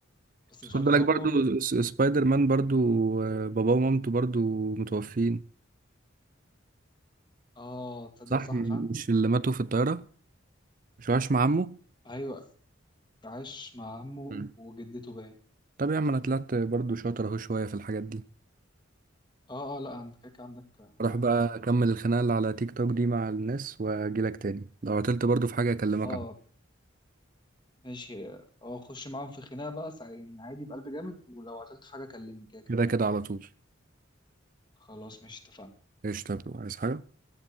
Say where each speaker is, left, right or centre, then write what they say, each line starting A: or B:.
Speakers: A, on the left; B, on the right.
A: بس
B: بس
A: مش
B: خد
A: عايز
B: بالك
A: ابويا
B: برضو
A: وامي يموتوا
B: س- سبايدر مان برضو آه، باباه ومامته برضو متوفين
A: اه تصدق
B: صح
A: صح
B: م-
A: فعلا
B: مش اللي ماتوا في الطيارة مش وعاش مع عمه
A: ايوه عايش مع عمه
B: مم.
A: وجدته باين
B: طب يا عم انا طلعت برضو شاطر اهو شوية في الحاجات دي
A: اه اه لا انت كده كده عندك
B: اروح
A: معلومات
B: بقى
A: اهو
B: اكمل الخناقة اللي على تيك توك دي مع الناس واجيلك تاني لو عطلت برضو في حاجة اكلمك
A: اه
B: عنها
A: ماشي اه خش معاهم في خناقة بقى سع- يعني عادي بقلب جامد ولو عطلت في حاجة كلمني كده كده
B: كده كده على طول
A: خلاص ماشي اتفقنا
B: ايش طب عايز حاجة